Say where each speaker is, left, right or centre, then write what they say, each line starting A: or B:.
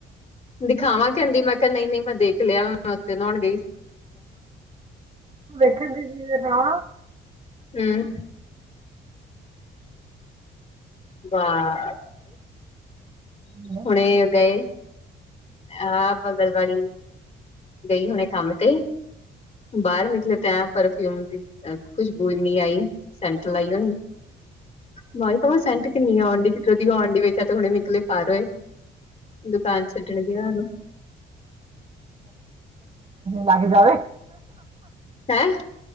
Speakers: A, on the left; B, on the right.
A: ਦਿਖਾਵਾਂ ਕਹਿੰਦੀ ਮੈਂ ਕਿਹਾ ਨਹੀਂ ਮੈਂ ਦੇਖ ਲਿਆ ਉੱਥੇ ਨਾਉਣ
B: ਵੇਖਣ ਦੀ ਜੀ ਨਾ
A: ਹਮ ਵਾਹ
B: ਹਮ
A: ਹੁਣੇ ਗਏ ਆਹ ਬਗਲਵਾੀ ਗਈ ਹੁਣੇ ਕੰਮ ਤੇ ਬਾਹਰ ਨਿਕਲੇ ਤੇ ਹੈ ਪਰਫਿਊਮ ਦੀ ਖੁਸ਼ਬੂ ਇੰਨੀ ਆਈ ਸੈਂਟ ਲਾਈ ਹੋਣੀ ਮਾਈ ਤਾਂ ਸੈਂਟ ਕਿੰਨੀ ਆਉਣ ਡ ਕਿੱਦਰ ਦੀ ਆਉਣ ਡ ਵੇਖਿਆ ਤੇ ਹੁਣੇ ਮਨੂੰ ਕਾਰੋਏ ਦੁਕਾਨ ਛੱਡਣ ਦੀ ਆ ਉਹਾਨੂੰ
B: ਲੱਗ ਜਾਵੇ
A: ਹੈਂ